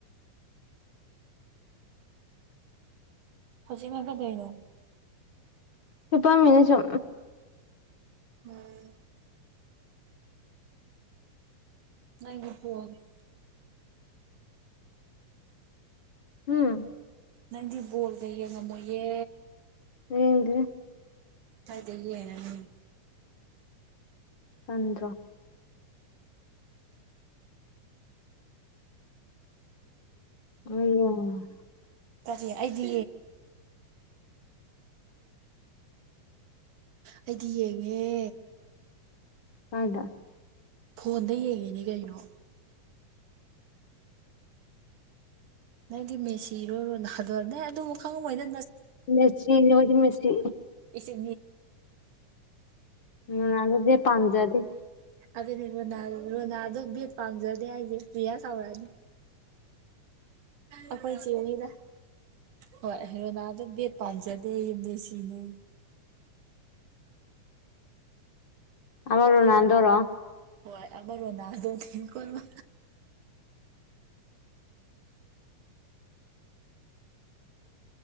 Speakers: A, on the right; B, on the left.
A: ꯍꯁꯤ ꯉ ꯀꯗꯩꯅꯣ
B: ꯏꯄꯥ ꯃꯤꯅꯤꯖꯣ
A: ꯎꯝ ꯅꯪ ꯏ ꯄꯒꯦ
B: ꯎꯝ
A: ꯅꯪꯗꯤ ꯣꯜꯒꯩꯦ ꯉꯝꯃꯨ ꯌꯦ
B: ꯍꯗꯤ
A: ꯐꯗ ꯌꯥꯅꯤ
B: ꯄꯟ꯭ꯔ ꯑꯣ
A: ꯇ ꯑꯩꯗꯤ ꯑꯩꯗꯤ ꯌꯦꯡꯉꯦ
B: ꯀꯗ
A: ꯐꯣꯟꯗ ꯌꯦꯡꯉꯤꯅꯦ ꯀꯩꯅꯣ ꯅꯪꯗꯤ ꯃꯦꯁꯤꯔꯣꯏꯔꯣ ꯅꯗ ꯅ ꯑꯗꯨ ꯋꯥꯪꯍꯩꯗ
B: ꯃꯦꯁꯤꯅꯦ ꯑꯩꯈꯣꯏꯗꯤ ꯃꯦꯁꯤ
A: ꯏꯁꯦꯁ
B: ꯎꯗꯗ ꯄꯖꯗꯤ
A: ꯑꯗꯨꯅꯦ ꯔꯣꯅꯥꯜ ꯔꯣꯅꯥꯜꯗꯣ ꯕꯠ ꯄꯥꯝꯖꯗꯦ ꯍꯥꯏꯁꯦ ꯭ꯔꯤꯌꯥ ꯁꯥꯎꯔꯛꯑꯅꯤ
B: <inaudible>
A: ꯑꯩꯈꯣꯏ ꯌꯦꯅꯤꯗ ꯍꯣꯏ ꯍꯦꯔꯣꯅꯥ ꯑꯗꯨꯝ ꯕꯦꯠ ꯄꯥꯝꯖꯗꯦ ꯌꯨꯝꯗ ꯁꯤꯅꯩ
B: ꯑꯔ ꯅ ꯇꯧꯔꯣ
A: ꯍꯣꯏ ꯑꯔꯕꯨꯅꯗ ꯀꯣꯔꯕ
B: <inaudible>